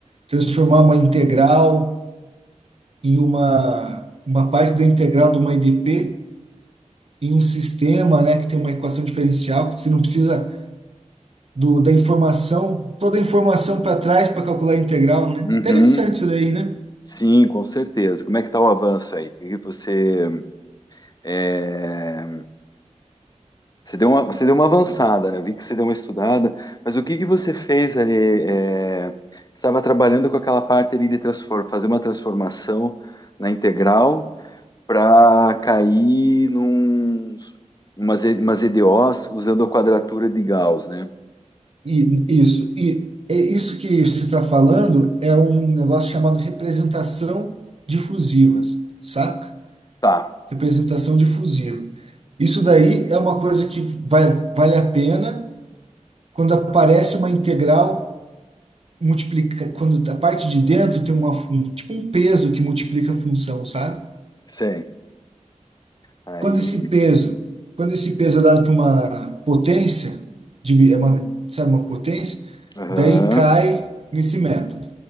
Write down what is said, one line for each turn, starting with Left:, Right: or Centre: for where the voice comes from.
Right: transformar uma integral em uma, uma parte da integral de uma EDP em um sistema, né? Que tem uma equação diferencial, que você não precisa do, da informação, toda a informação para trás para calcular a integral, né?
Left: uhum.
Right: Interessante isso daí, né?
Left: Sim, com certeza. Como é que está o avanço aí? Porque você, é, você deu uma, você deu uma avançada, né? Eu vi que você deu uma estudada, mas o que que você fez ali? é, Estava trabalhando com aquela parte ali de transform, fazer uma transformação na integral para cair num umas, E- umas EDOs usando a quadratura de Gauss, né?
Right: E, isso. E é isso que você está falando é um negócio chamado representação difusiva, saca?
Left: Tá,
Right: Representação difusiva. Isso daí é uma coisa que vai, vale a pena quando aparece uma integral multiplica, quando a parte de dentro tem uma, fun- tipo um peso que multiplica a função, sabe?
Left: sei. Aí,
Right: Quando esse peso, quando esse peso é dado para uma potência, divi- é uma, sabe, uma potência,
Left: aham,
Right: daí cai nesse método.